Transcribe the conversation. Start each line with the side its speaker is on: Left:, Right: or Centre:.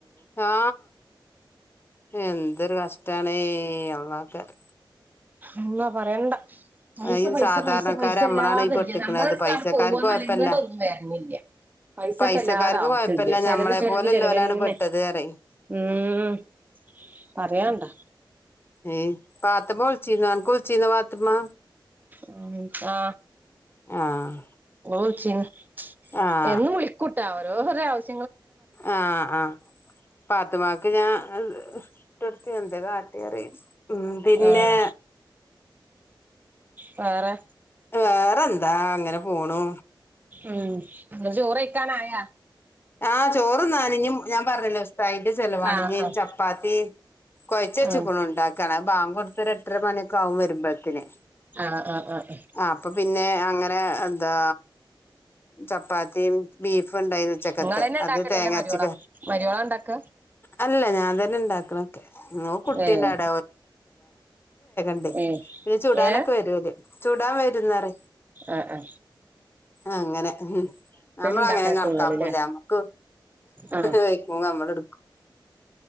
Left: ഹാ എന്തൊരു കഷ്ടാണെ എള്ളാക്കാര്
Right: എന്നാ പറയണ്ട പൈസ
Left: ഈ
Right: പൈസ
Left: സാധാരണക്കാര്
Right: പൈസ പൈസ
Left: നമ്മളാണ്
Right: ഇല്ലാതല്ല
Left: ഈ പെട്ടിക്കണത്
Right: നമ്മളടുത്തങട്
Left: പൈസക്കാർക്ക്
Right: പോവന്നാല
Left: കൊഴപ്പല്ല
Right: ഇങ്ങട ഒന്നും വരണില്ല്യ പൈസക്കല്ലാതെ
Left: പൈസക്കാർക്ക്
Right: ആവശ്യം
Left: കൊഴപ്പല്ല
Right: ഇില്ല ചെലവ്
Left: ഞമ്മളെ
Right: ചെലവ്
Left: പോലെല്ലോലാണ്
Right: ചെലവ്ന്നെ
Left: പെട്ടത് പറയും
Right: ഉം പറയണ്ടാ
Left: ഏ പാത്തമ വിളിച്ചി നക്ക്ളിച്ചിന്ന വാത്തമാ
Right: ഉം ആ
Left: ആഹ്
Right: ഓ ചിനി
Left: ആഹ്
Right: എന്നു വിളിക്കൂട്ടാ ഓരോ <unintelligible>
Left: ആ ആ പാത്തുമാക്ക് ഞാൻ <unintelligible> റി ഉം പിന്നെ
Right: ആഹ് വേറെ
Left: വേറെന്താ അങ്ങനെ പോണു
Right: ഉം ചോറ്ക്കാനായ
Left: ആ ചോറ്ന്നാന് ഇഞ്ഞും ഞാമ്പറഞ്ഞില്ലേ ഉസ്തായിന്റ ചെലവാണ്
Right: ആഹ്
Left: ഇഞ്ഞി
Right: ആഹ്
Left: ചപ്പാത്തിം കൊയച്ച വെച്ചപ്പണ്
Right: ഉം
Left: ഉണ്ടാക്കാണ് ബാങ്ക് കൊടുത്തൊരെട്ടര മണിയക്കാവു വരുമ്പോഴത്തന്
Right: ആഹ് ആഹ് ആഹ്
Left: ആ അപ്പൊ പിന്നെ അങ്ങനെ പി എന്താ ചപ്പാത്തിയു ബീഫ്ണ്ടായിന്നു ഉച്ചക്കത്തെ
Right: നിങ്ങളന്നെ
Left: അത്
Right: ഉണ്ടാക്കലല്ലേ
Left: തേങ്ങാരച്ചക്ക
Right: മരിയോളാ മരിയോളാ ഉണ്ടാക്ക
Left: അല്ലല്ല ഞാൻ തന്നെ ഇണ്ടാക്കണത്രെ ഒക്കെ ന കുട്ടിണ്ടാട
Right: ഏഹ്
Left: <unintelligible>
Right: ഏഹ്
Left: ചുടാനൊക്കെ
Right: ഏഹ്
Left: വരൂല്ലേ ചൂടാൻ വരുന്നറയ
Right: ആ ആ
Left: അങ്ങനെ അമ്മളങ്ങനെ
Right: ഉണ്ടാക്കലൊക്കെ
Left: കണക്കാപ്പൂല
Right: നിങ്ങള് ല്ലേ
Left: അമ്മക്ക്
Right: ആഹ്
Left: വയ്ക്കുമ നമ്മളെടുക്കും